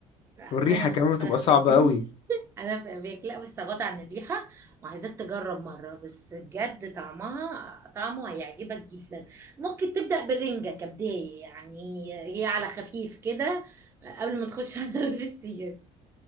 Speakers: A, on the right; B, on the left.
A: لا انا
B: والريحه كمان
A: فاهمك
B: بتبقى صعبه قوي
A: <laughs> انا فاهمك لا بس غطى عن الريحه وعايزاك تجرب مره بس بجد طعمها طعمه هيعجبك جدا ممكن تبدا بالرنجه كبدايه يعني هي على خفيف كده قبل ما تخش <laughs> على الفسيخ